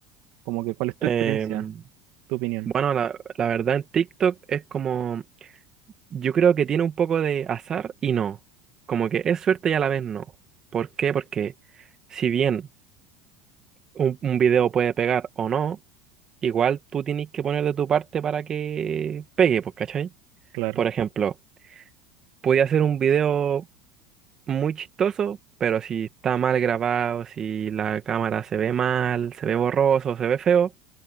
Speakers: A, on the right (about 55°); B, on the right (about 25°).
A: como que cuál es tu
B: Em,
A: experiencia, tu opinión.
B: bueno, la, la verdad en TikTok es como Yo creo que tiene un poco de azar y no. Como que es suerte y a la vez no. ¿Por qué? Porque si bien un, un video puede pegar o no, igual tú tienes que poner de tu parte para que pegue, pues, ¿cachai?
A: Claro,
B: Por ejemplo, podía ser un video muy chistoso, pero si está mal grabado, si la cámara se ve mal, se ve borroso, se ve feo,